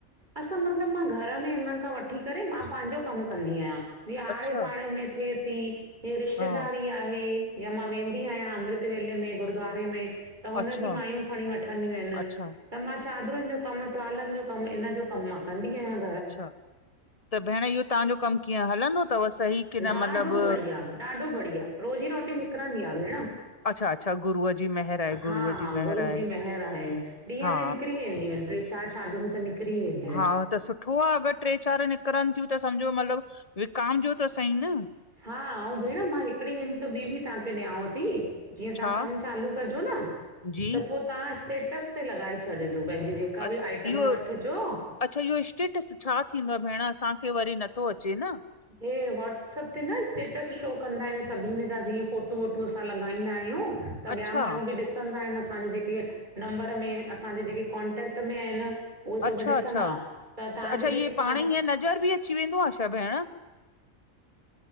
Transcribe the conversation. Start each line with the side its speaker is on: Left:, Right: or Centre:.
Right: असां मतलब मां घर में हिनन खां वठी करे मां पंहिंजो कम कंदी आहियां। जीअं आड़े
Left: अच्छा,
Right: पाड़े में थिए ती इीअ रिश्तेदारी
Left: हा,
Right: आहे। या मां वेंदी आहियां अमृत वेले में गुरुद्वारे में। त हुनजी
Left: अच्छा,
Right: माइयूं खणी वठंदियूं आहिन
Left: अच्छा
Right: त मां चादरुन जो कम टुवालन जो कम इन जो। कम माँ कंदी आयांन।
Left: अच्छा त भेण इहो तांजो कम कीअं हलंदो थव सही की न
Right: ॾाढो
Left: मतलब।
Right: बढ़िया ॾाढो बढ़िया। रोज़ी रोटी निकरण ॾीआ भेण।
Left: अच्छा, अच्छा गुरूअ जी मेहर आहे,
Right: हा
Left: गुरूअ जी
Right: हा
Left: मेहर
Right: गुरू
Left: आहे,
Right: जी मेंहेर आहे ॾींहं
Left: हा
Right: में निकरी वेंदियूंन। ट्रे चार चादरूं त निकरी वयन।
Left: हा त सुठो आ अगर ट्रे चार निकरनतीयूं त सम्झो मतलब वि कामजो त सही न।
Right: हा आऊ भेण मां हिकड़ी हिंट ॿीं बि तांखे ॾियांव थी। जीअं तां
Left: छा?
Right: कम चालू कजो न
Left: जी
Right: त पो तां स्टेटस ते लॻाए छॾजो पंहिंजे जेक। काबि
Left: अ
Right: आइटम
Left: इहो
Right: वठजो।
Left: अच्छा इहो स्टेटस छा थींदो आ? भेण असांखे वरी नथो अचे न।
Right: हे वॉट्सअप। ते न स्टेटस शो कंदा आहयूं सभिन जा जीअं फोटू वोटू असां लॻाईंदायूं। त ॿिया
Left: अच्छा,
Right: माण्हू बि ॾिसंदा आहिन असांजे जेके नंबर में असांजी जेके कॉन्टेक्ट में आहिन। उहे सभ
Left: अच्छा,
Right: ॾिसंदा
Left: अच्छा
Right: त तांजी
Left: अच्छा इहे
Right: जेकी
Left: पाण
Right: कॉन।
Left: ई नज़र बि अच। अची वेंदो आ छा भेण?